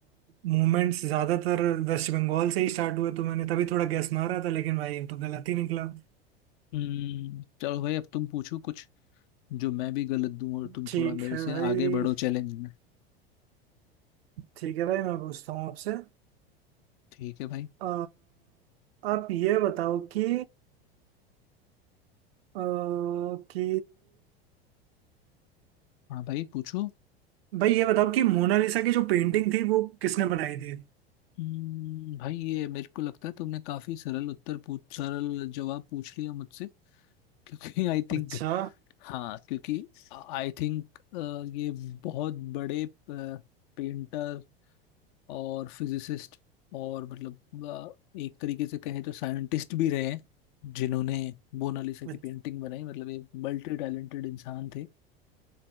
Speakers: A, on the right; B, on the left.
A: मूवमेंट्स ज़्यादातर वेस्ट बंगाल से ही स्टार्ट हुए तो मैंने तभी थोड़ा गैस मारा था लेकिन भाई ये तो गलत ही निकला
B: हम्म चलो भाई अब तुम पूछो कुछ जो मैं भी गलत दूं और तुम
A: ठीक
B: थोड़ा मेरे
A: है
B: से
A: भाई
B: आगे बढ़ो चैलेंज में
A: ठीक है भाई मैं पूछता हूँ आपसे
B: ठीक है भाई
A: अ, आप ये बताओ कि अ, कि
B: हाँ भाई पूछो
A: भाई ये बताओ कि मोनालिसा की जो पेंटिंग थी वो किसने बनाई थी
B: हम्म, भाई ये मेरे को लगता है तुमने काफी सरल उत्तर पूछ सरल जवाब पूछ लिया मुझसे क्योंकि आई थिंक
A: अच्छा
B: हाँ क्योंकि आई थिंक ये बहुत बड़े पेंटर और फिजिसिस्ट और मतलब अ, एक तरीके से कहें तो साइंटिस्ट भी रहे हैं जिन्होंने मोनालिसा की
A: अच-
B: पेंटिंग बनाई मतलब ये मल्टी टैलेंटेड इंसान थे